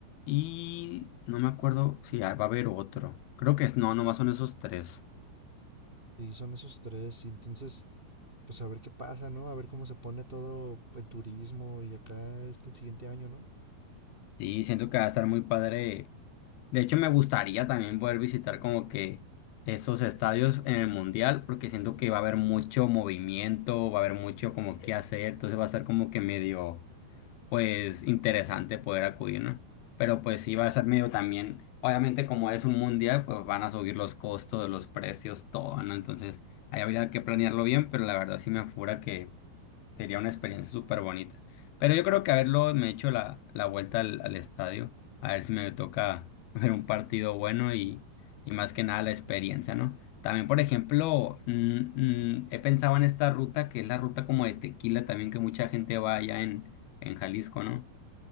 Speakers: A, on the left; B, on the right.
A: y no me acuerdo si va a haber otro. Creo que es, no, nomás son esos tres.
B: sí, son esos tres, y entonces, pues a ver qué pasa, ¿no? A ver cómo se pone todo el turismo y acá este siguiente año, ¿no?
A: Sí, siento que va a estar muy padre. De hecho, me gustaría también poder visitar como que esos estadios en el Mundial porque siento que va a haber mucho movimiento, va a haber mucho como que hacer, entonces va a ser como que medio... pues interesante poder acudir, ¿no? Pero pues sí va
B: Sí,
A: a estar medio también, obviamente como es un mundial, pues van a subir los costos, los precios, todo, ¿no? Entonces ahí habría que planearlo bien, pero la verdad sí me apura Sería una experiencia súper bonita. Pero yo creo que haberlo me he hecho la, la vuelta al, al estadio, a ver si me toca <laughs> ver un partido bueno y, y más que nada la experiencia, ¿no? También, por ejemplo, mm, mm, he pensado en esta ruta que es la ruta como de Tequila también, que mucha gente va allá en, en Jalisco, ¿no?